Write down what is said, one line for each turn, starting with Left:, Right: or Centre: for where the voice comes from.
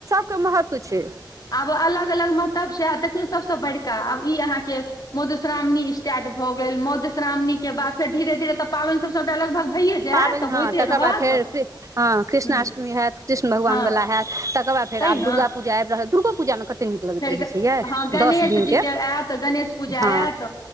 Right: क महत्व छै
Left: आब अलग अलग महतब छै आ देखियौ सभसँ बड़िका आब ई अहाँके मधुश्रावणी स्टार्ट भऽ गेल मधुश्रावणी के बाद फेर धीरे धीरे तऽ पाबनि सब सभटा लगभग भैय जा
Right: पाबनि
Left: तऽ होइते
Right: हँ तकर
Left: रहत
Right: बाद फेर हँ कृष्णाष्टमी
Left: ह
Right: हैत कृष्ण भगवानवला
Left: हँ
Right: हयैत तकर बाद फेर
Left: तै
Right: आब
Left: ने
Right: दुर्गाापूजा आबि रहल दुर्गा पूजामे कतेक कतेक नीक लगैत
Left: फेर
Right: रहै
Left: ग
Right: छै य
Left: हँ गणेश
Right: दस दिनके
Left: जी के आयत गणेश पूजा
Right: ह
Left: आयत